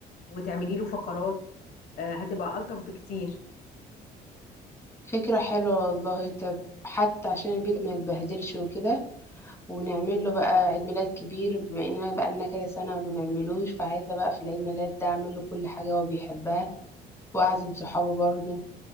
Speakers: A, on the left; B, on the left.
A: وتعملي له فقرات آه، هتبقى الطف بكتير
B: فكرة حلوة والله طب حتى عشان البيت ما يتبهدلش وكده ونعمل له بقى عيد ميلاد كبير بما اننا بقالنا كذا سنة ما بنعملوش فعايزة بقى في العيد ميلاد ده اعمل له كل حاجة هو بيحبها واعزم صحابه برضه